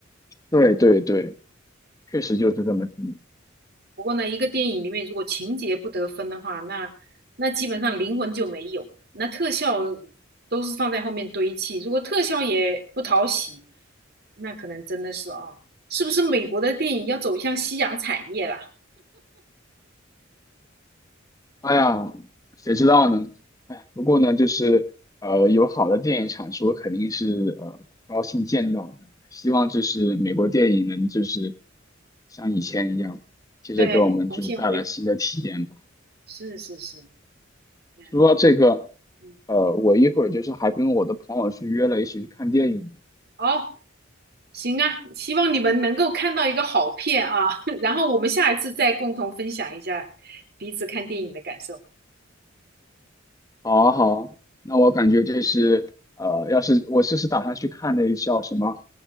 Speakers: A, on the left; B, on the right.
A: 对对对。确实就是这么低。
B: 不过呢，一个电影里面如果情节不得分的话，那那基本上灵魂就没有了。那特效都是放在后面堆砌，如果特效也不讨喜，那可能真的是啊，是不是美国的电影要走向夕阳产业了？
A: 哎呀，谁知道呢？哎，不过呢，就是呃，有好的电影产出，肯定是呃高兴见到的。希望就是美国电影能就是像以前一样，接着给我们就是带来新的体验吧。
B: 对，重现辉是是是，嗯
A: 说到这个，
B: 嗯，
A: 呃，我一会儿就是还跟我的朋友去约了一起去看电影。
B: 好，行啊，希望你们能够看到一个好片啊，<laughs> 然后我们下一次再共同分享一下彼此看电影的感受，
A: 好啊好啊，那我感觉就是，呃，要是我就是打算去看那个叫什么，